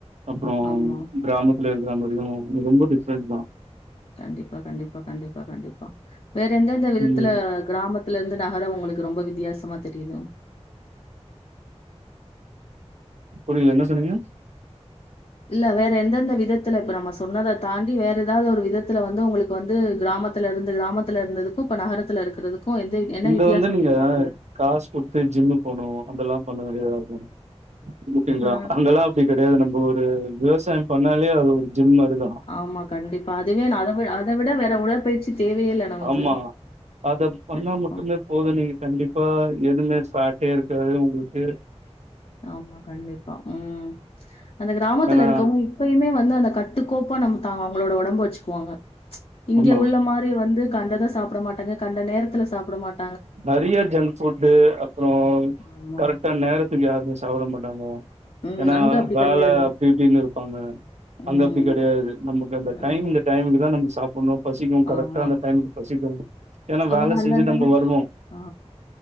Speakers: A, on the right (about 85°); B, on the left (about 60°).
A: அப்புறோ
B: ஆமா.
A: கிராமத்துல இருக்குற மாரியும் ரொம்ப டிஃப்ரென் தா
B: கண்டிப்பா கண்டிப்பா கண்டிப்பா கண்டிப்பா வேற எந்தெந்த விதத்துல
A: ம்
B: கிராமத்துல இருந்து நகரோ உங்களுக்கு ரொம்ப வித்யாசமா தெரியுதும்
A: புரியல என்ன சொன்னீங்க
B: இல்ல வேற எந்தெந்த விதத்துல இப்ப நம்ம சொன்னத தாண்டி வேற ஏதாவ்து ஒரு விதத்துல வந்து உங்களுக்கு வந்து கிராமத் துல இருந்து கிராமத்துல இருந்ததுக்கும் இப்ப நகரத்துல இருக்குறதுக்கும் எந்த என்ன
A: இங்க
B: வித்தியாசோ‌
A: வந்து நீங்க
B: தெரியுது அங்கே
A: காசு குடுத்து ஜிம்மு போணு அதெல்லா பண்ண வேண்டியதாருக்கு ஓகேங்களா
B: ஆ.
A: அங்கல்லா அப்டி கெடையாது நம்ம ஒரு விவசாயோ பண்ணாலே அது ஒரு ஜிம் மாரி தா
B: ஆமா கண்டிப்பா அதுவே நா அத அத விட வேற உடற்பயிற்சி தேவயே இல்ல நமக்கு
A: ஆமா அத பண்ணா
B: கண்டிப்பா.
A: மட்டுமே போது நீங்க கண்டிப்பா எதுவுமே ஃபாட்டே இருக்காது உங்குளுக்கு
B: ஆமா கண்டிப்பா ம் அந்த கிராமத்துல
A: ஏன்னா
B: இருக்கவுங்க எப்பயுமே வந்து அந்த கட்டுக்கோப்பா நம் த அவங்களோட ஒடம்ப வச்சுக்குவாங்க இங்க
A: ஆமா
B: உள்ள மாரி மாரி வந்து கண்டத சாப்ட மாட்டாங்க கண்ட நேரத்துல சாப்ட மாட்
A: நெறைய ஜங்க் ஃபுட்டு அப்புறோ
B: ஆமா
A: கரெக்டா நேரத்துக்கு யாருமே சாப்ட மாட்டாங்க
B: ம்
A: ஏன்னா
B: அங்க அப்டி
A: வேல
B: கெடையாது
A: அப்டி இப்டின்னு இருப்பாங்க அங்க
B: ம்
A: அப்டி கெடையாது நமக்கு அந்த டைம்
B: ஆமா
A: இந்த டைமுக்கு தா நம்ம சாப்டணு பசிக்கும் கரெக்டா
B: ஆமா
A: அந்த டைமுக்கு பசிக்கனு ஏனா
B: அவங்க
A: வேல
B: அந்தந்த
A: செஞ்சு நம்ப
B: மாரி
A: வருவோ
B: ஆ